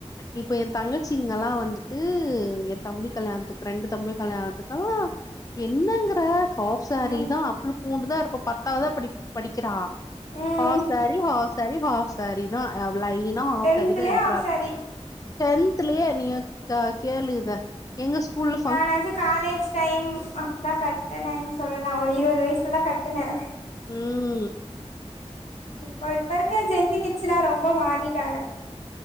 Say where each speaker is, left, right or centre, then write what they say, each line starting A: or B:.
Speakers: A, on the left; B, on the left.
A: இப்ப ஏ தங்கச்சிங்கல்லா வந்துட்டு ஏ தம்பி கல்யாணத்துக்கு ரெண்டு தம்பி கல்யாணத்துக்கும் என்னங்கிற ஹாப் சேரிதா
B: ம்
A: அவ்ளோ பூண்டுதா இருப்பா பத்தாவதுதா படி படிக்கிறா
B: ம்
A: half sari half sari half sari தா லைனா ஹாஃப்
B: டென்த்லயே
A: சேரி தா எடுத்
B: ஆஃப் சாரி
A: டென்த்லயே நீ ஆ கேளு இத எங்க ஸ்கூல்லு
B: நானாச்சு காலேஜ் டைம் அப்டிதா கட்டினேன்னு சொல்லலா ஒரு இருவது வயசுலதா கட்டுனே
A: ம்
B: இப்ப இப்ப இருக்க ஜென்ரி கிட்ஸ்சல்லா ரொம்ப மாறிட்டாங்க